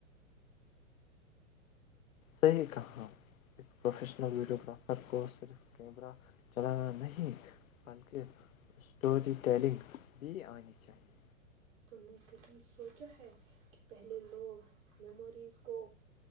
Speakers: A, on the left (about 75°); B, on the right (about 60°).
A: صحیح کہاں ایک پروفیشنل ویڈیو گرافر کو صرف کیمرہ چلانا نہیں بلکہ اسٹوری ٹیلنگ بھی آنی چاہیے
B: تم نے کہھی سوچا ہے کہ پہلے لوگ میموریز کو